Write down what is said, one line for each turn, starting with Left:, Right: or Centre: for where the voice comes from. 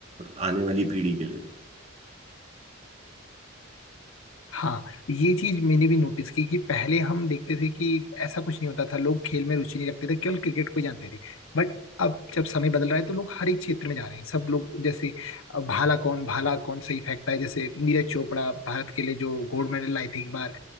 Right: आने वाली पीढ़ी के लिए
Left: हाँ ये चीज मैंने भी नोटिस की कि पहले हम देखते थे कि ऐसा कुछ नहीं होता था लोग खेल में रुचि नहीं रखते थे केवल क्रिकेट को ही जानते थे बट अब जब समय बदल रहा है तो लोग हर एक क्षेत्र में जा रहे हैं सब लोग जैसे अ, भाला कौन भाला कौन सही फेंकता है जैसे नीरज चोपड़ा भारत के लिए जो गोल्ड मेडल लाए थे एक बार